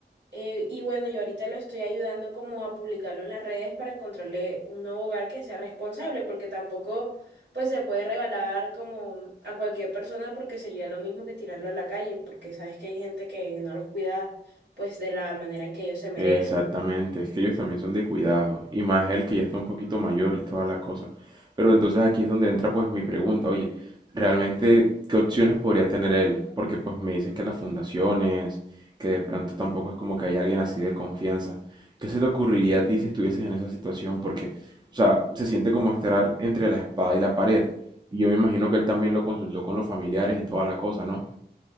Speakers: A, on the right; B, on the right.
A: Eh, y bueno, yo ahorita lo estoy ayudando como a publicarlo en las redes para encontrarle un nuevo hogar que sea responsable, porque tampoco pues se puede regalar como a cualquier persona porque sería lo mismo que tirarlo a la calle, porque sabes que hay gente que no los cuida pues de la manera en que ellos se merecen.
B: Exactamente, es que ellos también son de cuidado, y más él que ya está un poquito mayor y toda la cosa. Pero entonces aquí es donde entra pues mi pregunta, oye, ¿realmente qué opciones podría tener él? Porque pues me dices que las fundaciones, que de pronto tampoco es como que haya alguien así de confianza. ¿Qué se te ocurriría a ti si estuvieses en esa situación? Porque, o sea, se siente como estar entre la espada y la pared, y yo me imagino que él también lo consultó con los familiares y toda la cosa, ¿no?